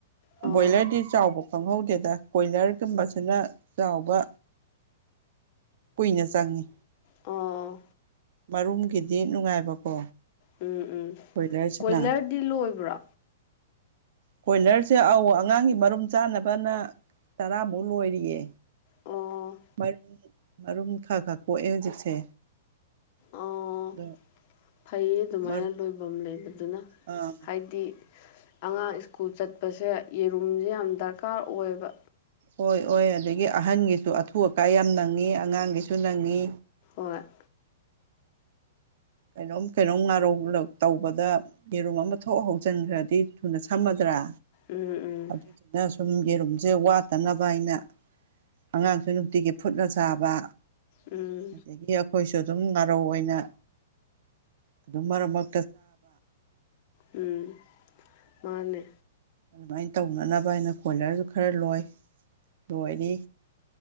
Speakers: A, on the left (about 40°); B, on the right (about 55°).
A: ꯑꯣ
B: ꯕꯣꯌꯂꯔꯗꯤ ꯆꯕ ꯈꯪꯍꯧꯗꯦꯗ ꯀꯣꯏꯂꯔꯒꯨꯝꯕꯁꯤꯅ ꯆꯥꯎꯕ ꯀꯨꯏꯅ ꯆꯪꯉꯤ
A: ꯑꯥ
B: ꯃꯔꯨꯝꯒꯤꯗꯤ ꯅꯨꯡꯉꯥꯏꯕꯀꯣ
A: ꯎꯝ ꯎꯝ
B: ꯀꯣꯏꯂꯔꯁꯤꯅ
A: ꯀꯣꯏꯂꯔꯗꯤ ꯂꯣꯏꯕ꯭ꯔꯥ
B: ꯀꯣꯏꯂꯔꯁꯦ ꯑꯧ ꯑꯉꯥꯡꯒꯤ ꯃꯔꯨꯝ ꯆꯥꯅꯕꯅ ꯇꯔꯥꯃꯨꯛ ꯂꯣꯏꯔꯤꯌꯦ
A: ꯑꯣ
B: ꯃꯔꯨꯝ ꯃꯔꯨꯝ ꯈꯔ ꯈꯔ ꯀꯣꯛꯑꯦ ꯍꯧꯖꯤꯛꯁꯦ
A: ꯑꯣ
B: ꯑꯗꯣ
A: ꯐꯩꯌꯦ ꯑꯗꯨꯃꯥꯏꯅ
B: ꯃꯔꯨꯝ
A: ꯂꯣꯏꯐꯝ ꯂꯩꯕꯗꯨꯅ
B: ꯑꯥ
A: ꯍꯥꯏꯗꯤ ꯑꯉꯥꯡ ꯁ꯭ꯀꯨꯜ ꯆꯠꯄꯁꯦ ꯌꯦꯔꯨꯝꯁꯦ ꯌꯥꯝ ꯗꯔꯀꯥꯔ ꯑꯣꯏꯕ
B: ꯍꯣꯏ ꯑꯣꯏ ꯑꯗꯒꯤ ꯑꯍꯟꯒꯤꯁꯨ ꯑꯊꯨ ꯑꯀꯥꯏ ꯌꯥꯝ ꯅꯪꯉꯤ ꯑꯉꯥꯡꯒꯤꯁꯨ ꯅꯪꯉꯤ
A: ꯍꯠ
B: ꯀꯩꯅꯣꯝ ꯀꯩꯅꯣꯝ ꯉꯥꯔꯧ ꯇꯧꯕꯗ ꯌꯦꯔꯨꯝ ꯑꯃ ꯊꯣꯛ ꯍꯧꯖꯤꯟꯈ꯭ꯔꯗꯤ ꯊꯨꯅ ꯁꯝꯃꯗ꯭ꯔꯥ
A: ꯎꯝ ꯎꯝ
B: ꯑꯗꯨ ꯌꯥꯁ ꯁꯨꯝꯒꯤ ꯔꯨꯝꯁꯦ ꯋꯥꯠꯇꯅꯕ ꯑꯩꯅ ꯑꯉꯥꯡꯁꯨ ꯅꯨꯡꯇꯤꯒꯤ ꯐꯨꯠꯂꯠ ꯁꯥꯕ
A: ꯎꯝ
B: ꯑꯗꯒꯤ ꯑꯩꯈꯣꯏꯁꯨ ꯑꯗꯨꯝ ꯉꯥꯔꯧ ꯑꯣꯏꯅ ꯑꯗꯨꯃ ꯔꯃ
A: ꯎꯝ ꯃꯥꯅꯦ
B: ꯑꯗꯨꯃꯥꯏꯅ ꯇꯧꯅꯅꯕ ꯑꯩꯅ ꯀꯣꯏꯂꯔꯁꯨ ꯈꯔ ꯂꯣꯏ ꯂꯣꯏꯔꯤ